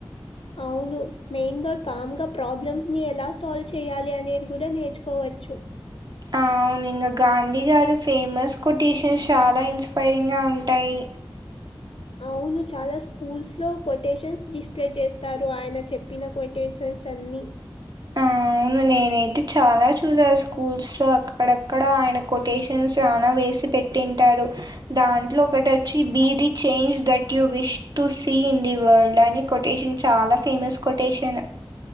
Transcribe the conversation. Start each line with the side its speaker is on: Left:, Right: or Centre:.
Left: అవును మెయిన్ గా కామ్గా ప్రాబ్లమ్స్ ని ఎలా సాల్వ్ చేయాలి అనేది కూడా నేర్చుకోవచ్చు
Right: అవును ఇంకా గాంధీ గారు ఫేమస్ కొటేషన్స్ చాలా ఇన్స్పైరింగ్ గా ఉంటాయి
Left: అవును చాలా స్కూల్స్ లో కొటేషన్స్ డిస్ప్లే చేస్తారు ఆయన చెప్పిన కొటేషన్స్ అన్ని
Right: ఆ! అవును నేనైతే చాలా చూసా స్కూల్స్ లో అక్కడక్కడ ఆయన కొటేషన్స్ చనా వేసి పెట్ తింటాడు దాంట్లో ఒకటి వచ్చి be the change that you wish to see in the world అని కొటేషన్ చాలా ఫేమస్ కొటేషన్